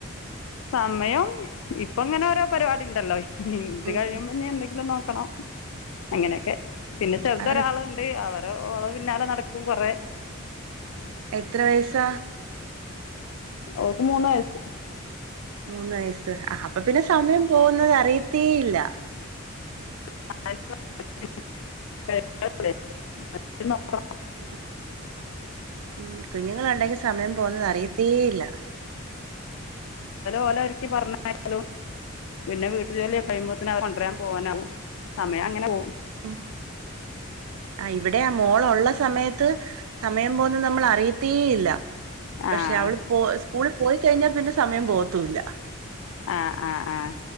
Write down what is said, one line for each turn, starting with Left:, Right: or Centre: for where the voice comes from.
Left: സമയം ഇപ്പ ഇങ്ങനെ ഓരോ പരിപാടി ഉണ്ടല്ലോ ഹി ഹി ഇത്
Right: ഉം
Left: കഴിയുമ്പോ ഞാൻ എന്തെങ്കിലും നോക്ക ക്കണം അങ്ങനെയൊക്കെ പിന്നെ ചെറുതൊരാളുണ്ട്
Right: അങ്ങനെ
Left: അവർ ഹെ ഓള പിന്നാലെ നടക്കും കൊറെ.
Right: എത്ര വയസാ?
Left: ഓക്ക് മൂന്ന് വയസ്സ്.
Right: മൂന്ന വയസ്സ് ആ അപ്പൊ പിന്നെ സമയം പോകുന്നത് അറിയത്തേയില്ല.
Left: <unintelligible> <unintelligible>
Right: ഉം ഉം കുഞ്ഞുങ്ങളൾ ഉണ്ടങ്കിൽ സമയം പോവുന്നത് അറിയത്തേ ഇല്ല.
Left: ഓല ഒരിക്കി പറഞ്ഞായ്ക്കലും. പിന്നെ വീട്ടു ജോലികഴിയുമ്പോത്തിന് അവരെ കൊണ്ടരാൻ പോകാനാവും സമയം അങ്ങനെ പോവും
Right: ഉം ആ ഇവിടെ ആ മോള് ഉള്ള സമയത്ത്. സമയം പോകുന്നത് നമ്മൾ അറിയത്തെ ഇല്ല പക്ഷെ
Left: ആ
Right: അവള് പോ സ്കൂളിൽപോ പോയി കഴിഞ്ഞാൽ പിന്നെ സമയം പോവാത്തൂല്ല.
Left: ആ ആഹ് ആഹ്